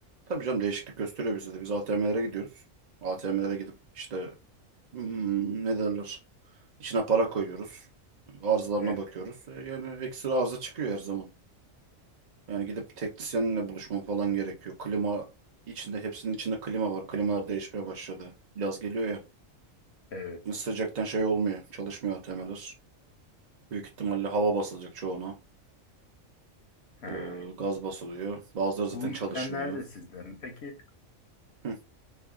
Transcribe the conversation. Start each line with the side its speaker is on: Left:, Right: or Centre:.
Right: tabii canım değişiklik gösteriyor bize de. Biz ATM'lere gidiyoruz. ATM'lere gidip işte hmm, ne derler? İçine para koyuyoruz. Arızalarına
Left: Evet,
Right: bakıyoruz. Ee, yani ekstra arıza çıkıyor her zaman. Yani gidip bir teknisyenle buluşmam falan gerekiyor. Klima içinde hepsinin içinde klima var. Klimalar değişmeye başladı. Yaz geliyor ya.
Left: evet.
Right: Şimdi Sıcaktan şey olmuyor. Çalışmıyor ATM'ler. Büyük ihtimalle hava basılacak çoğuna.
Left: Ha.
Right: Ee, gaz basılıyor. Bazıları zaten
Left: Bu işlemler
Right: çalışmıyor.
Left: de sizden mi peki?
Right: Hı,